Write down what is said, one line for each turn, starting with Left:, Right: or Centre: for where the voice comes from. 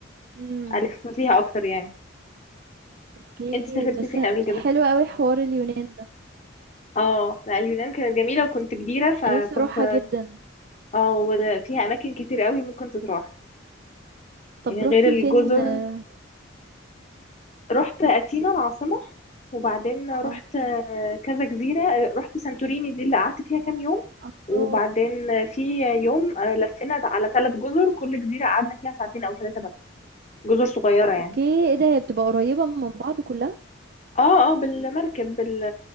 Right: امم
Left: الف فيها اكتر يعني
Right: اوكي
Left: انت سافرتي
Right: بس
Left: فين
Right: ح-
Left: قبل كده
Right: حلو قوي حوار اليونان ده
Left: اه لا اليونان كانت جميلة وكنت كبيرة فكنت
Right: انا نفسي اروحها جدا
Left: اه ولا- فيها اماكن كتير قوي ممكن تتراح يعني
Right: طب
Left: غير
Right: روحتي
Left: الجزر
Right: فين؟ اه
Left: رحت اثينا العاصمة وبعدين رحت
Right: آه،
Left: آه، كذا جزيرة آه، رحت سانتوريني دي اللي قعدت فيها كام يوم
Right: الله
Left: وبعدين آه، في يوم آه، لفينا على ثلاث جزر كل جزيرة قعدنا فيها ساعتين أو ثلاثة بس جزر صغيرة يعني
Right: اوكي ايه ده هي بتبقى قريبة من بعض كلها؟
Left: اه اه بالمركب بال...